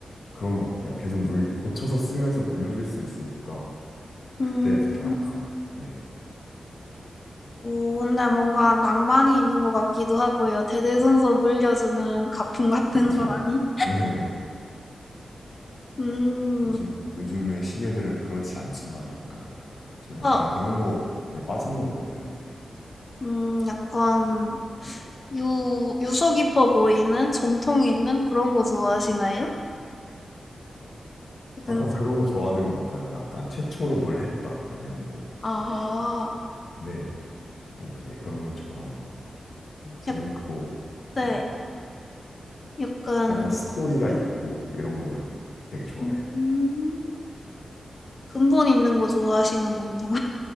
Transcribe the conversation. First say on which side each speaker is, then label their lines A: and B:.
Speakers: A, on the left; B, on the left.
A: 그런 것 같아요. 계속 물 고쳐서 쓰면서 물려줄 수 있으니까 그때부터
B: 음,
A: 약간 네.
B: 오, 근데 뭔가 낭만이 있는 것 같기도 하고요. 대대손손 물려주는 가품 같은
A: 그쵸.
B: 거라니?
A: <laughs> 네.
B: 음,
A: 요즘, 요즘의 시계들은 그렇지 않지만 약간, 좀 약간
B: 어,
A: 그런 거에 빠지는 것 같아요. 네.
B: 음, 약간 유, 유서 깊어 보이는 정통 있는 그런 거 좋아하시나요? 약간,
A: 어, 약간 그런 거 좋아하는 것 같아요. 약간 최초로 뭘 했다. 아니면 뭐,
B: 아,
A: 네. 뭔 네. 그런 걸 좋아하는 것 같아요. 재밌고,
B: 약, 네,
A: 네.
B: 약간,
A: 약간 스토리가 있고, 이런 걸 되게 좋아해요.
B: 음, 근본 있는 거 좋아하시는군요.